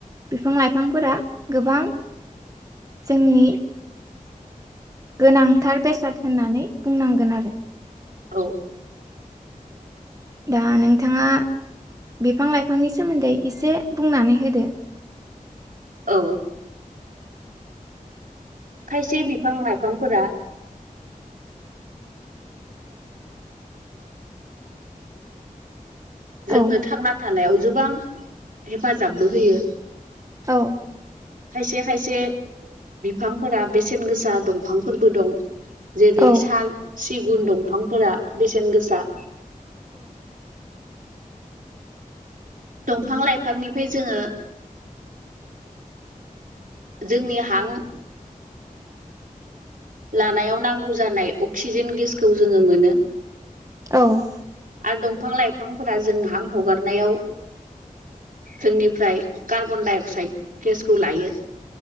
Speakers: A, on the right; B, on the right.
A: बिफां लाइफांफोरा गोबां जोंनि गोनांथार बेसाद होननानै बुंनांगोन आरो
B: औ
A: दा नोंथाङा बिफां लाइफांनि सोमोन्दै एसे बुंनानै होदो
B: औ खायसे बिफां लाइफांफोरा जोंनो
A: औ
B: थांना थानायाव गोबां हेफाजाबबो होयो
A: औ
B: खायसे खायसे बिफांफोरा बेसेन गोसा दंफांफोरबो दं जेरै
A: औ
B: साल सिगुन दंफांफोरा बेसेन गोसा दंफां लाइफांनिफ्राय जोङो जोंनि हां लानायाव नांगौ जानाय अक्सिजेन गेसखौ जोङो मोनो
A: औ
B: आरो दंफां लाइफांफोरा जों हां हगारनायाव जोंनिफ्राय कार्बनडाइ अक्साइड गेसखौ लायो